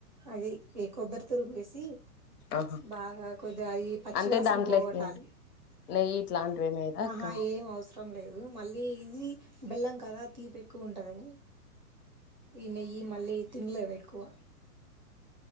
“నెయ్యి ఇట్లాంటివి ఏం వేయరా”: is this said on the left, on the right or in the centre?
Left